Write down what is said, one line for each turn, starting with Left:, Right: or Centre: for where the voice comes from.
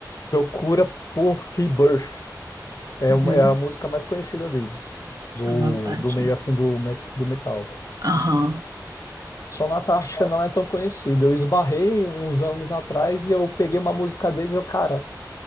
Left: Procura por Rebirth. É,
Right: Uhum.
Left: uma- é a música mais conhecida deles, do,
Right: Ela tá aqui.
Left: do meio assim do, me- do metal.
Right: Aham.
Left: Sonata Ártica não é tão conhecida. Eu esbarrei uns anos atrás e eu peguei uma música deles e eu, cara.